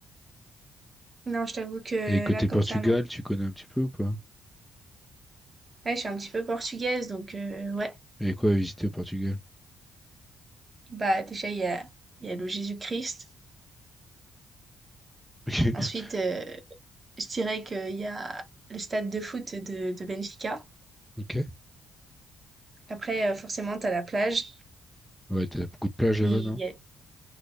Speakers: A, on the right; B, in the centre.
A: euh, non, je t'avoue que
B: Et côté
A: là, comme
B: Portugal,
A: ça, non.
B: tu connais un petit peu ou pas?
A: Ouais, je suis un petit peu portugaise, donc heu, ouais.
B: Il y a quoi à visiter au Portugal?
A: Bah, déjà, il y a il y a le Jésus-Christ.
B: <laughs>
A: Ensuite,
B: Ok.
A: heu, je dirais qu'il y a le stade de foot de de Benfica.
B: Ok.
A: Après, heu, forcément, t'as la plage
B: Ouais, t'as beaucoup de plages
A: et
B: là-bas,
A: il
B: non?
A: y a